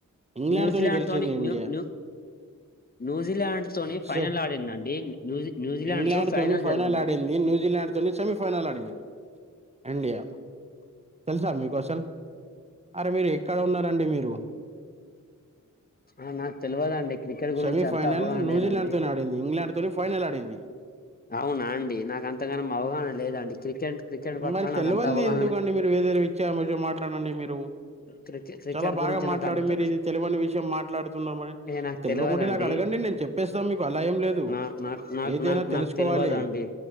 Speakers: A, on the right; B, on the left.
A: ఇంగ్లాండ్
B: న్యూజలాండ్
A: గెలిచింది
B: తోని
A: ఇండియా
B: న్యూ న్యూ న్యూజిలాండ్ తోని ఫైనల్
A: షే
B: ఆడిందండి న్యూజి న్యూజిలాండ్
A: ఇంగ్లాండ్
B: తో
A: తోని ఫైనల్
B: జరిగిందండి.
A: ఆడింది న్యూజిలాండ్ తోని సెమీఫైనల్ ఆడింది ఇండియా తెలుసా మీకు అసలు అరే మీరు ఎక్కడ ఉన్నారండి మీరు
B: ఆ నాకు తెలవదండి క్రికెట్ గురించి
A: సెమీ
B: అంత
A: ఫైనల్
B: అవగాహన
A: న్యూజిలాండ్
B: లేదండి
A: తోని ఆడింది ఇంగ్లాండ్ తోని ఫైనల్ ఆడిం
B: అవునా అండి నాకు అంతగానం అవగాహన లేదండి క్రికెట్ క్రికెట్ పట్ల
A: మరి
B: నాకు
A: తెలవంది
B: అంత అవగాహన
A: ఎందుకండి
B: లే
A: మీరు వేరే విచ్చ విషయం మాట్లాడండి మీరు
B: క్రికె క్రికెట్
A: చాలా బాగా
B: గురించి
A: మాట్లాడి
B: నాకు అంత
A: మీరు ఇది తెలివని విషయం మాట్లాడుతున్నమని
B: ఏ నాకు
A: తెలవకుంటే
B: తెలవదండి
A: నాకు అడ <unintelligible> గండి నేను చెప్పేస్తాం మీకు అలా ఏ లేదు
B: నా నాకు నాకు
A: ఏదైనా
B: నాకు
A: తెలుసుకోవాలి
B: నాకు తెలవదండి